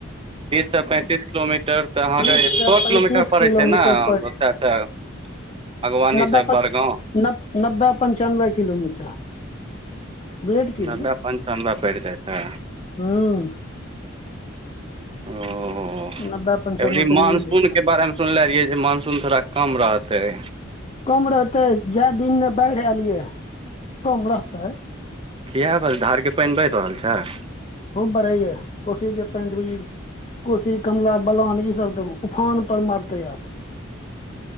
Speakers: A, on the right (about 30°); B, on the left (about 30°).
A: तीससँ पैंतीस किलोमीटर तऽ अहाँके
B: तीस से
A: छः
B: पैंतीस
A: किलोमीटर पड़ै
B: किलोमीटर
A: छैय ने <unintelligible>
B: पर
A: बागवानीसँ
B: नब्बे प
A: बड़गाँव।
B: नब्बे पंचानबे किलोमीटर। ब्लेड की भेलै
A: नब्बे पंचानबे पड़ि जेतै।
B: हूं
A: ओ अही
B: नब्बे पंचानबे
A: बेरी
B: पेरिये
A: मानसून
B: जाइ छै
A: के बारे में सुनले रहियै जे मानसून थोड़ा कम रहतय।
B: कम रहतै जैयदिन में बाढ़ि एलियै कम रहतै।
A: किए धारके पानि बैढ रहल छैय?
B: खूब बढैया कोसी के पानी कोशी कमला बलान ईसब देखबू उफान पर मारतै आब।